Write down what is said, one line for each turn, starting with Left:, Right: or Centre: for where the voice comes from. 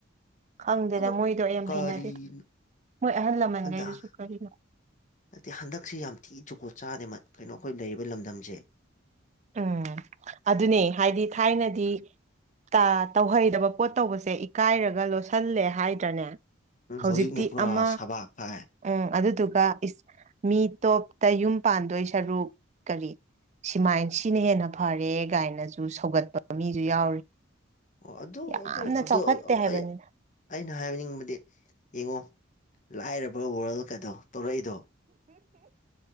Right: ꯈꯪꯗꯦꯗ
Left: ꯑꯗꯣ
Right: ꯃꯣꯏꯗꯣ ꯌꯥꯝ
Left: ꯀꯔꯤꯅꯣ
Right: ꯍꯩꯅꯗꯦ ꯃꯣꯏ ꯑꯍꯜ ꯂꯃꯟꯈꯩꯗꯨꯁꯨ
Left: ꯍꯟꯗꯛ
Right: ꯀꯔꯤꯅꯣ
Left: ꯅꯠꯇꯦ ꯍꯟꯗꯛꯁꯤ ꯌꯥꯝ ꯊꯤ ꯖꯨꯒꯣꯠ ꯆꯥꯗꯦ ꯀꯩꯅꯣ ꯑꯩꯈꯣꯏ ꯂꯩꯔꯤꯕ ꯂꯝꯗꯝꯁꯦ
Right: ꯎꯝ ꯑꯗꯨꯅꯦ ꯍꯥꯏꯗꯤ ꯊꯥꯏꯅꯗꯤ ꯇ ꯇꯧꯍꯩꯗꯕ ꯄꯣꯠ ꯇꯧꯕꯁꯦ ꯏꯀꯥꯏꯔꯒ ꯂꯣꯠꯁꯤꯜꯂꯦ ꯍꯥꯏꯗ꯭ꯔꯅꯦ
Left: ꯎꯝ
Right: ꯍꯧꯖꯤꯛꯇꯤ
Left: ꯍꯧꯖꯤꯛꯅ ꯄꯨꯔꯥ
Right: ꯑꯃ
Left: ꯁꯕꯥꯛ ꯐꯥꯛ ꯑꯦ
Right: ꯎꯝ ꯑꯗꯨꯗꯨꯒ ꯃꯤ ꯇꯣꯞꯇ ꯌꯨꯝ ꯄꯥꯟꯗꯣꯏ ꯁꯔꯨꯛ ꯀꯔꯤ ꯁꯤꯃꯥꯏꯟ ꯁꯤꯅ ꯍꯦꯟꯅ ꯐꯔꯦ ꯒꯥꯏꯅꯁꯨ ꯁꯧꯒꯠꯄ ꯃꯤꯁꯨ ꯌꯥꯎꯔꯤ
Left: ꯑꯣ ꯑꯗꯨ
Right: ꯌꯥꯝꯅ
Left: ꯑꯗꯨ ꯑꯗꯨ
Right: ꯆꯥꯎꯈꯠꯇꯦ ꯍꯥꯏꯕꯅꯤ
Left: ꯑꯩ ꯑꯩꯅ ꯍꯥꯏꯅꯤꯡꯕꯗꯤ ꯌꯦꯡꯉꯣ ꯂꯥꯏꯔꯕ ꯋꯥꯔꯜꯀꯗꯣ ꯇꯧꯔꯛꯏꯗꯣ